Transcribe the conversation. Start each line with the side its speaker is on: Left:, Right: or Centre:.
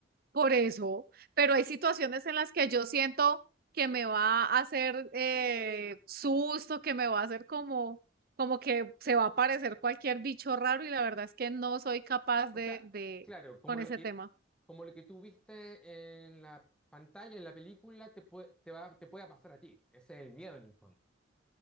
Right: Por eso, pero hay situaciones en las que yo siento que me va a hacer eh, susto, que me va a hacer como, como que se va a aparecer cualquier bicho raro y la verdad es que no soy capaz
Centre: O
Right: de,
Centre: sea,
Right: de
Centre: claro, como
Right: con
Centre: lo
Right: ese
Centre: que,
Right: tema.
Centre: como lo que tú viste en la pantalla, en la película, te puede, te va, te pueda pasar a ti. Ese es el miedo en el fondo.